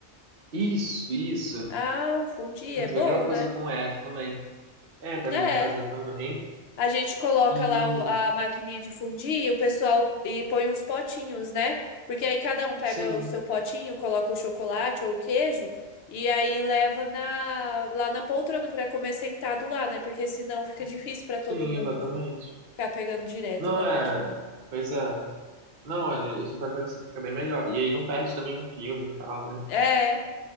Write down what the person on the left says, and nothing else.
Ah, fundi
é
bom,
né?
É.
A gente coloca
lá o- a maquininha de fundir e o pessoal e põe uns potinhos, né? Porque aí cada um pega
o seu potinho, coloca o chocolate ou o queijo e aí leva na, lá na poltrona para comer sentado lá, né? Porque senão fica difícil para todo
mundo
ficar pegando direto
na
maquininha.
É.